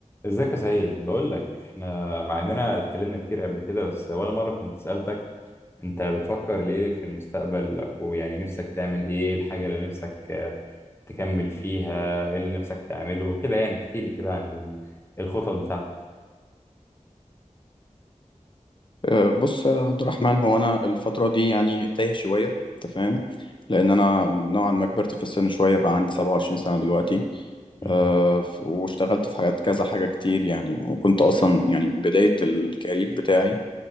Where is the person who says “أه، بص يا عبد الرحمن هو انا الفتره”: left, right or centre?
Left